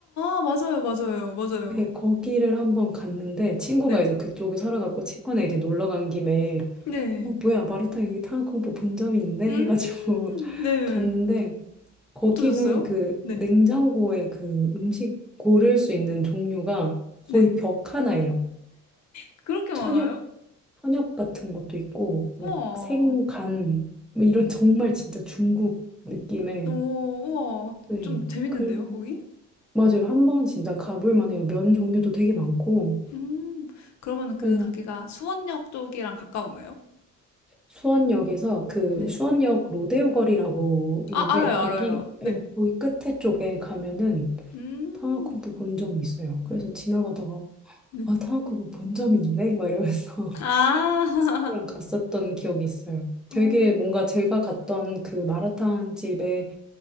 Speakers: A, on the left (about 65°); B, in the centre.
A: 아, 맞아요, 맞아요, 맞아요.
B: 네, 거기를 한번 갔는데 친구가
A: 네,
B: 이제 그쪽에 살아갖고 친구네 이제 놀러 간 김에
A: 네.
B: 어 뭐야 마라탕 여기 탕화쿵푸 본점이 있네
A: 음,
B: 해가지고 <laughs>
A: 네.
B: 갔는데 거기는
A: 어떠셨어요?
B: 그
A: 네,
B: 냉장고에 그 음식 고를 수 있는 종류가 거의
A: 네.
B: 벽 하나예요.
A: 그렇게 많아요?
B: 천엽 천엽 같은 것도 있고 뭐
A: 우와.
B: 생간 뭐 이런 <laughs> 정말 진짜 중국 느낌의
A: 오, 우와.
B: 네.
A: 좀 재밌는데요,
B: 그래서
A: 거기?
B: 맞아요. 한번 진짜 가볼 만해요. 면 종류도 되게 많고.
A: 음, 그러면 그
B: 그래서
A: 가게가 수원역 쪽이랑 가까운가요?
B: 수원역에서 그
A: 네.
B: 수원역 로데오 거리라고 있는데
A: 아, 알아요,
B: 거기
A: 알아요. 네.
B: 예, 거기 끝에 쪽에 가면은
A: 음,
B: 탕화국부 본점이 있어요. 그래서 지나가다가
A: 네.
B: 아 탕화국부 본점이 있네 막 이러면서
A: 아,
B: <laughs> 친구랑
A: <laughs>
B: 갔었던 기억이 있어요. 되게
A: 오,
B: 뭔가
A: 어,
B: 제가 갔던 그 마라탕 집의